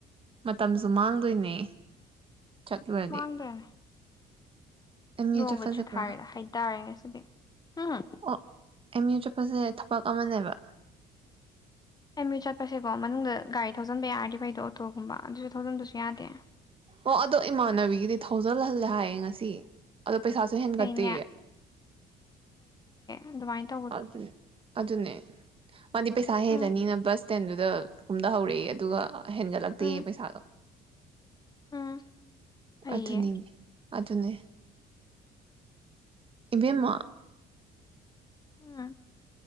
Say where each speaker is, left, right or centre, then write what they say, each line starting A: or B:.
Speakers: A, on the right; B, on the left.
A: ꯃꯇꯝꯁꯨ ꯃꯥꯡꯗꯣꯏꯅꯦ ꯆꯠꯂꯨꯔꯗꯤ
B: ꯃꯥꯡꯗꯣꯏꯅꯦ
A: ꯑꯦꯝ
B: ꯅꯣꯡꯒ
A: ꯌꯨ ꯆꯠꯄ
B: ꯆꯨꯊꯥꯔꯛꯑꯦ
A: ꯆꯠꯄ꯭ꯔꯥ
B: ꯍꯥꯏꯇꯥꯔꯦ ꯉꯁꯤꯗꯤ ꯍꯨꯡ꯫
A: ꯑꯣ ꯑꯦꯝ ꯌꯨ ꯆꯠꯄꯖꯦ ꯊꯕꯛ ꯑꯃꯅꯦꯕ꯫
B: ꯑꯦꯝ ꯌꯨ ꯆꯠꯄꯁꯦꯀꯣ ꯃꯅꯨꯡꯗ ꯒꯥꯔꯤ ꯊꯧꯖꯟꯕ ꯌꯥꯔꯗꯤ ꯐꯩꯗꯣ ꯑꯣꯇꯣꯒꯨꯝꯕ ꯑꯗꯨꯁꯨ ꯊꯧꯖꯟꯕꯁꯨ ꯌꯥꯗꯦ꯫
A: ꯑꯣ ꯑꯗꯣ ꯏꯃꯥꯟꯅꯕꯤꯒꯤꯗꯤ ꯊꯧꯖꯜꯍꯜꯂꯦ ꯍꯥꯏꯌꯦ ꯉꯁꯤ꯫ ꯑꯗꯣ ꯄꯩꯁꯥꯁꯨ ꯍꯦꯟꯒꯠꯇꯦꯌꯦ꯫
B: ꯐꯩꯅꯦ ꯑꯗꯨꯃꯥꯏ ꯇꯧꯕꯗꯣ꯫
A: ꯑꯗꯨꯅꯦ ꯑꯗꯨꯅꯦ꯫ ꯃꯥꯗꯤ ꯄꯩꯁꯥ ꯍꯦꯜꯂꯅꯤꯅ
B: ꯎꯝ
A: ꯕꯁ ꯁꯇꯦꯟꯗꯨꯗ ꯀꯨꯝꯗꯍꯧꯔꯦꯌꯦ ꯑꯗꯨꯒ ꯍꯦꯟꯒꯠꯂꯛꯇꯦꯌꯦ
B: ꯎꯝ
A: ꯄꯩꯁꯥꯗꯣ꯫
B: ꯎꯝ ꯐꯩꯌꯦ
A: ꯑꯗꯨꯅꯤꯅꯦ꯫ ꯑꯗꯨꯨꯅꯦ꯫ ꯏꯕꯦꯝꯃꯥ꯫
B: ꯎꯝ